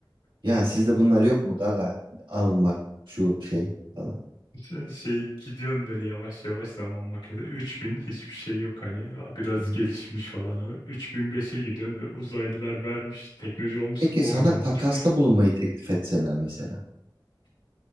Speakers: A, on the right; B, on the left.
A: Ya sizde bunlar yok mu gaga? Alın bak şu şey falan.
B: Şey, şey gidiyorsun böyle yavaş yavaş zaman makinesi 3000 hiçbir şey yok hani ya biraz
A: Hı hı.
B: gelişmiş falan ama 3005'e gidiyorsun ve uzaylılar vermiş teknoloji olmuş
A: Peki
B: 10
A: sana
B: binlik
A: takasta bulunmayı teklif etseler mesela.